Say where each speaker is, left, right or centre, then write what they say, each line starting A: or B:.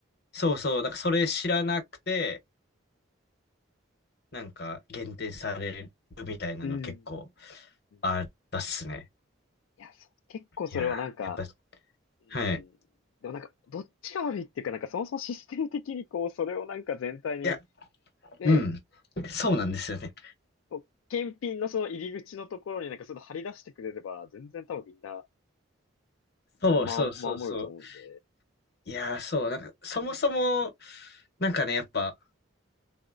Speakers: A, on the left (about 55°); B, on the left (about 80°).
A: そうそう、だからそれ知らなくて、なんか限定されるみたいなの結構
B: うん。うん
A: あったっすね。
B: いや、そう。結構それはなんか、
A: いやー、やっぱ、
B: うん。
A: はい。
B: でもなんか、どっちが悪いっていうか、なんかそもそもシステム的にこう、それをなんか全体に、
A: いや、
B: ね、
A: うん。そうなんですよね。
B: こう、検品のその入り口のところになんかその張り出してくれれば、全然多分みんな、
A: そうそうそうそう。
B: ま、守ると思うんで。
A: いやー、そう、なんか、そもそも、なんかね、やっぱ、